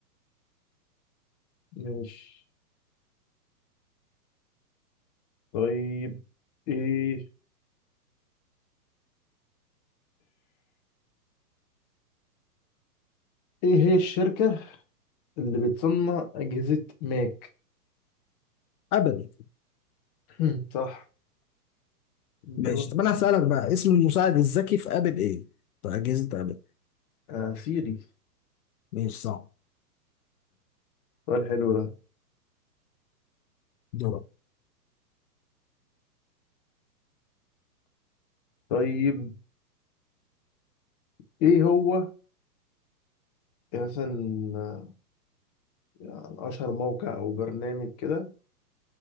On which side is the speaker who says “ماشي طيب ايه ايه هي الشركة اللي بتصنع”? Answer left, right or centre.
Left